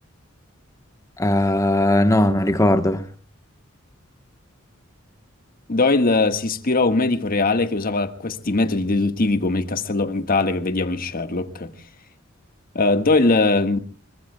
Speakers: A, on the left; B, on the left.
A: Eh, no, non ricordo.
B: Doyle eh, si ispirò a un medico reale che usava questi metodi deduttivi come il castello mentale che vediamo in Sherlock. Eh, Doyle eh,